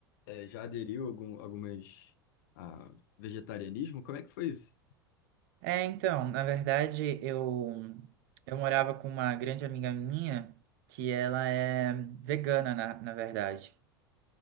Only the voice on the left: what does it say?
é, já aderiu algum, algumas a vegetarianismo. Como é que foi isso?